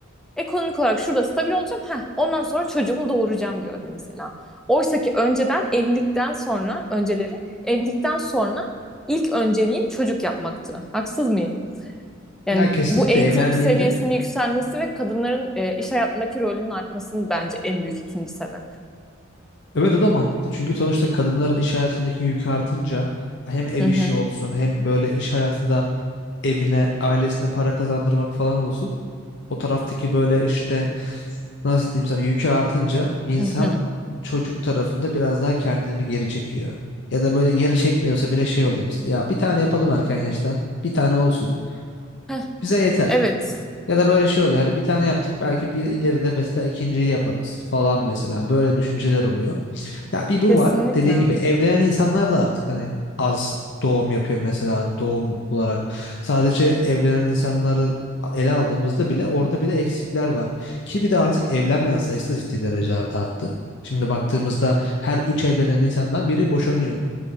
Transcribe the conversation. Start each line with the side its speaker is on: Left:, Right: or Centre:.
Centre: Ekonomik olarak şurada stabil olacağım. Heh, ondan sonra çocuğumu doğuracağım diyorum mesela. Oysa ki önceden evlilikten sonra önceleri evlilikten sonra ilk önceliğim çocuk yapmaktı. Haksız mıyım? Yani
Left: Ya kesinlikle
Centre: bu eğitim
Left: evlendiğinde.
Centre: seviyesinin yükselmesi ve kadınların e, iş hayatındaki rolünün artmasının bence en büyük ikinci sebep.
Left: Evet o da mantıklı. Çünkü sonuçta kadınların iş hayatındaki yükü artınca hem ev
Centre: Hı hı.
Left: işi olsun hem böyle iş hayatında evine, ailesine para kazandırmak falan olsun. O taraftaki böyle işte nasıl diyeyim sana yükü artınca insan
Centre: Hı hı.
Left: çocuk tarafında biraz daha kendini geri çekiyor. Ya da böyle geri çekmiyorsa bile şey oluyor mesela. Ya bir tane yapalım erken yaştan. Bir tane olsun.
Centre: Heh,
Left: Bize yeter.
Centre: evet.
Left: Ya da böyle şey oluyor. Hani bir tane yaptık belki bir ileride mesela ikinciyi yaparız falan mesela. Böyle düşünceler oluyor. Ya bir bu
Centre: Kesinlikle.
Left: var. Dediğin gibi evlenen insanlar da artık hani az doğum yapıyor mesela doğum olarak. Sadece evlenen insanları ele aldığımızda bile orada bile eksikler var. Ki bir de artık evlenmeyen sayısı da ciddi derecelerde arttı. Şimdi baktığımızda her üç evlenen insandan biri boşanıyor.